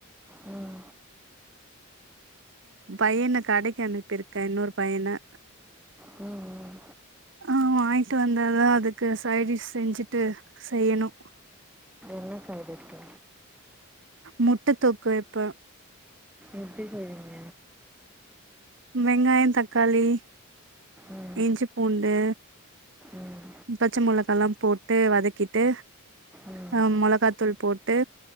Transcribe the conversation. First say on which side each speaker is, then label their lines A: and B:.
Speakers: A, in the centre; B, on the right (about 55°).
A: ம்
B: பையன கடைக்கு அனுப்பிருக் இன்னொரு பையன
A: ம் ம்
B: ஆ வாங்கிட்டு வந்தாதா அதுக்கு சைடிஷ் செஞ்சுட்டு செய்யணு
A: லூஸ் ஆயிடுச்சு
B: முட்ட தொக்கு வெப்ப
A: எப்டி செய்வீங்க
B: வெங்காயந் தக்காளி
A: ம்
B: இஞ்சி பூண்டு
A: ம்
B: பச்ச மொளகால்லா போட்டு வதக்கிட்டு
A: ம்
B: ஆ மொளகாத்தூள் போட்டு